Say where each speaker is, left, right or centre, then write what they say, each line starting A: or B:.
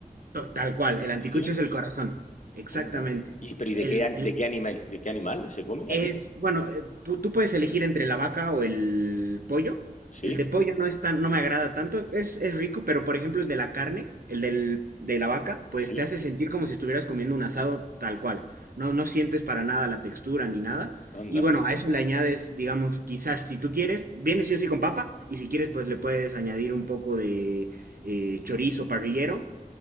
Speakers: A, on the right (about 80°); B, on the left (about 55°).
A: to- tal cual, el anticucho
B: Sí,
A: es el corazón, exactamente.
B: onda. Y, pero ¿y de
A: el
B: qué, an-
A: el-
B: de qué animal, de qué animal se come
A: Es,
B: allí?
A: bueno, eh, pu- tú puedes elegir entre la vaca o el pollo.
B: Sí,
A: El de pollo no es tan, no me agrada tanto, es, es rico, pero por ejemplo el de la carne, el del, de la vaca, pues
B: sí,
A: te hace sentir como si estuvieras comiendo un asado tal cual. No, no sientes para nada la textura ni nada.
B: anda,
A: Y bueno, a eso le añades, digamos, quizás si tú quieres, viene sí o sí con papa, y si quieres, pues le puedes añadir un poco de eh, chorizo parrillero,